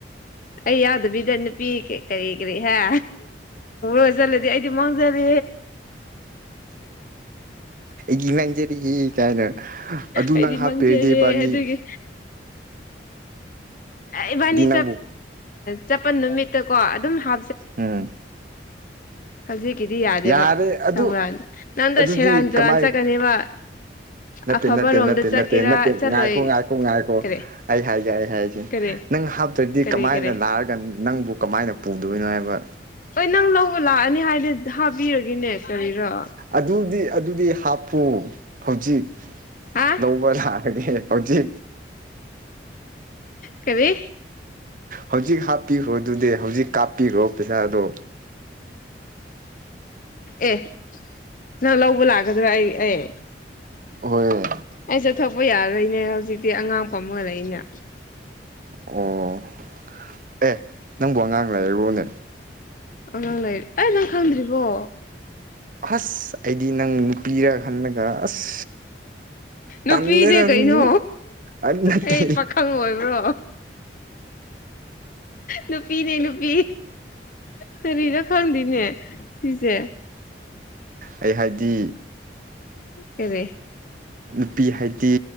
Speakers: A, on the left (about 50°); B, on the right (about 50°).
A: ꯑꯩ ꯌꯥꯗꯕꯤꯗꯅ ꯄꯤ ꯀ ꯀꯔꯤ ꯀꯔꯤ ꯍꯥꯏ ꯍ ꯆꯂꯗꯤ ꯑꯩꯗꯤ ꯃꯪꯖꯂ
B: ꯒꯤ ꯃꯪꯖꯔꯤ ꯍꯤ ꯀꯥꯏꯅ ꯑꯗꯨ
A: ꯑꯩꯗꯤ
B: ꯅꯪ ꯍꯥꯞꯄꯦꯔꯗꯤꯕꯥꯅꯤ
A: ꯃꯥꯡꯖꯔꯦ ꯑꯗꯨꯒꯤ ꯏꯕꯥꯅꯤ
B: ꯅꯪꯕꯨ
A: ꯆꯄꯜ ꯅꯨꯃꯤꯠꯇ ꯀꯣ ꯑꯗꯨꯝ ꯍꯥ
B: ꯎꯝ
A: ꯍꯧꯖꯤꯛ ꯒꯤꯗꯤ ꯌꯥꯗꯦꯕ
B: ꯌꯥꯔꯦ ꯑꯗꯨ
A: ꯁꯒꯨꯔ ꯅꯪꯗ
B: ꯑꯗꯨꯗꯤ
A: ꯁꯦꯔꯥꯟ ꯆꯨꯔꯥꯟ
B: ꯀꯃꯥꯏ
A: ꯆꯠꯀꯅꯦꯕ
B: ꯅꯠꯇꯦ
A: ꯑꯐꯕꯔꯣꯝꯗ
B: ꯅꯠꯇꯦ ꯅꯠꯇꯦ
A: ꯆꯠꯀꯦꯔꯥ
B: ꯅꯠꯇꯦ ꯅꯠꯇꯦ
A: ꯆꯠꯂꯣꯏ
B: ꯉꯥꯏꯈꯣ ꯉꯥꯏꯈꯣ ꯉꯥꯏꯈꯣ
A: ꯀꯔꯤ
B: ꯑꯩ ꯍꯥꯏꯒꯦ ꯑꯩ ꯍꯥꯏꯒꯦ
A: ꯀꯔꯤ
B: ꯅꯪ ꯍꯥꯞꯇ꯭ꯔꯗꯤ
A: ꯀꯔꯤ
B: ꯀꯃꯥꯏꯅ
A: ꯀꯔꯤ
B: ꯂꯥꯛꯔꯒ ꯅꯪꯕꯨ ꯀꯃꯥꯏꯅ ꯄꯨꯗꯣꯏꯅꯣ ꯍꯥꯏꯕ
A: ꯍꯣꯏ ꯅꯪ ꯂꯧꯕ ꯂꯥꯛꯑꯅꯤ ꯍꯥꯏꯗꯤ ꯊꯥꯕꯤꯔꯒꯦꯅꯦ ꯀꯔꯤꯔꯣ
B: ꯑꯗꯨꯗꯤ ꯑꯗꯨꯗꯤ ꯍꯥꯞꯄꯨ ꯍꯧꯖꯤꯛ
A: ꯑ
B: ꯂꯧꯕ ꯂꯅꯥꯔꯒꯦ ꯍꯧꯥꯎꯖꯤ
A: ꯀꯔꯤ
B: ꯍꯧꯖꯤꯛ ꯍꯥꯞꯄꯤꯈ꯭ꯔꯣ ꯑꯗꯨꯗꯤ ꯍꯧꯖꯤꯛ ꯀꯥꯞꯄꯤꯈ꯭ꯔꯣ ꯄꯩꯁꯥꯗꯣ
A: ꯑꯦ ꯅꯪ ꯂꯧꯕ ꯂꯥꯛꯀꯗ꯭ꯔꯥ ꯑꯩ ꯑꯦ
B: ꯍꯣꯏ
A: ꯑꯩꯁꯠꯊꯄ ꯌꯥꯔꯣꯏꯅꯦ ꯍꯧꯖꯤꯛꯇꯤ ꯑꯉꯥꯡꯄ ꯑꯃꯒꯂꯛꯏꯅꯦ
B: ꯑꯣ
A: <unintelligible>
B: ꯑꯦ ꯅꯪꯕꯨ ꯑꯉꯥꯡ ꯂꯩꯕꯨꯅꯦ
A: ꯑꯉꯥꯡ ꯂꯩꯔꯤ ꯑꯩ ꯅꯪ ꯈꯪꯗ꯭ꯔꯤꯕꯣ
B: ꯑꯁ ꯑꯩꯗꯤ ꯅꯪ ꯅꯨꯄꯤꯔ ꯈꯜꯂꯒ ꯑꯁ
A: ꯅꯨꯄꯤꯅꯦ
B: ꯇꯜꯂꯦꯗ ꯑꯗꯨꯗꯤ
A: ꯀꯩꯅꯣ
B: ꯑꯗꯨ ꯅꯠꯇꯦ
A: ꯑꯩ ꯄꯥꯈꯪ ꯑꯣꯏꯕ꯭ꯔꯣ ꯅꯨꯄꯤꯅꯦ ꯅꯨꯄꯤ ꯀꯔꯤꯔꯣ ꯈꯪꯗꯦꯅꯦ ꯁꯤꯁꯦ
B: ꯑꯩ ꯍꯥꯏꯗꯤ
A: ꯔꯤꯦ
B: ꯅꯨꯄꯤ ꯍꯥꯏꯗꯤ